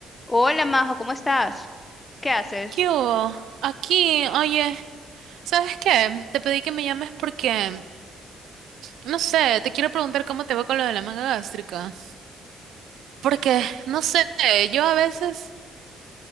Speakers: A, on the left (about 20°); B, on the right (about 75°).
A: Hola Majo, ¿cómo estás? ¿Qué haces?
B: ¿Qué hubo? Aquí, oye, ¿sabes qué? Te pedí que me llames porque, no sé, te quiero preguntar cómo te va con lo de la manga gástrica. Porque, no sé, yo a veces,